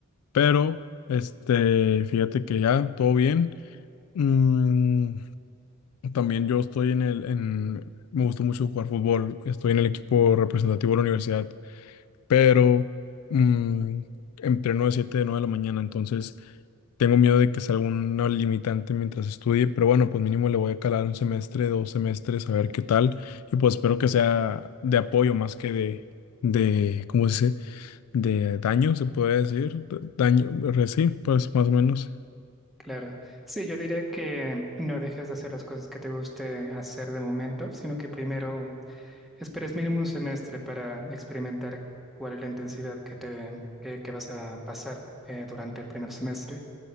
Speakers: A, on the left (about 85°); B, in the centre.
A: pero este, fíjate que ya, todo bien. Mm, también yo estoy en el, en, me gusta mucho jugar fútbol, estoy en el equipo representativo de la universidad. pero mm, entreno de 7 de 9 de la mañana, entonces tengo miedo de que sea alguna limitante mientras estudie, pero bueno, pues mínimo le voy a calar un semestre, dos semestres, a ver qué tal, y pues espero que sea de apoyo más que de, de, ¿cómo se dice? De daño, se podría decir, da- daño, re- sí, pues más o menos.
B: Claro. Sí, yo diría que no dejes de hacer las cosas que te guste hacer de momento, sino que primero Esperes mínimo un semestre para experimentar cuál es la intensidad que te que, que vas a pasar eh, durante el primer semestre